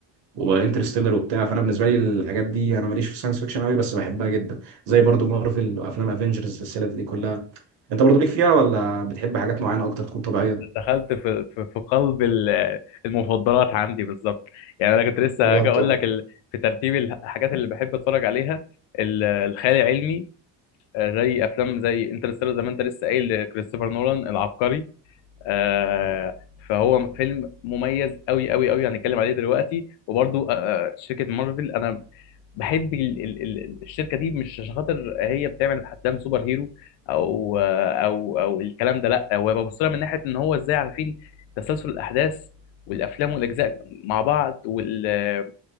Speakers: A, on the right (about 75°); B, on the left (about 85°).
A: وانترستيلر وبتاع فانا بالنسبه لي الحاجات دي انا ماليش في الساينس فيكشن قوي بس بحبها جدا زي برضو مارفل وافلام افنجرز السلسله دي كلها انت برضو ليك فيها ولا بتحب حاجات معينه اكتر تكون طبيعيه
B: دخلت في في في قلب ال- المفضلات عندي بالظبط يعني انا كنت لسه
A: بجد
B: هاجي اقول
A: طبعا.
B: لك ال- في ترتيب الح- الحاجات اللي بحب اتفرج عليها ال- الخيال العلمي آه، زي افلام زي انترستيلر زي ما انت لسه قايل لكريستوفر نولان العبقري آه، فهو فيلم مميز قوي قوي قوي هنتكلم عليه دلوقتي وبرضو آه، آه، شركة مارفل انا بحب ال- ال- ال- الشركه دي مش عشان خاطر هي بتعمل افلام سوبر هيرو او او او الكلام ده لا هو ببص لها من ناحيه ان هو ازاي عارفين تسلسل الاحداث والافلام والاجزاء مع بعض وال